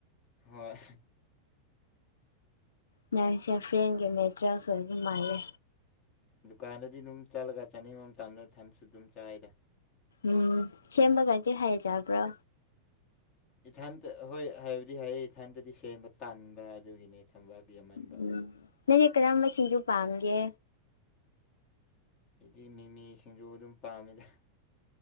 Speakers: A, on the left; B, on the left.
A: ꯍꯣꯏ
B: ꯅꯪꯁꯦ ꯐ꯭ꯔꯦꯟꯒꯤ ꯃꯦꯇꯔꯤꯌꯦꯜꯁꯨ ꯑꯣꯏꯕ ꯃꯥꯜꯂꯦ
A: ꯗꯨꯀꯥꯟꯗꯗꯤ ꯑꯗꯨꯝ ꯆꯠꯂꯒ ꯆꯥꯅꯤꯡꯕ ꯃꯇꯝꯗ ꯊꯟꯁꯨ ꯑꯗꯨꯝ ꯆꯥꯏꯗ
B: ꯎꯝ ꯁꯦꯝꯕꯒꯗꯤ ꯍꯥꯏꯖꯕ꯭ꯔꯣ
A: ꯏꯊꯟꯇ ꯍꯣꯏ ꯍꯥꯏꯕꯗꯤ ꯍꯩ ꯏꯊꯟꯇꯗꯤ ꯁꯦꯝꯕ ꯇꯥꯟꯕ ꯑꯗꯨꯒꯤꯅꯦ ꯊꯝꯕ ꯗꯦꯃꯟꯕ
B: ꯎꯝ ꯅꯪꯗꯤ ꯀꯔꯝꯕ ꯁꯤꯡꯖꯨ ꯄꯥꯝꯒꯦ
A: ꯑꯩꯗꯤ ꯃꯤꯃꯤꯁꯤꯡꯖꯨ ꯑꯗꯨꯝ ꯄꯥꯝꯃꯤꯗ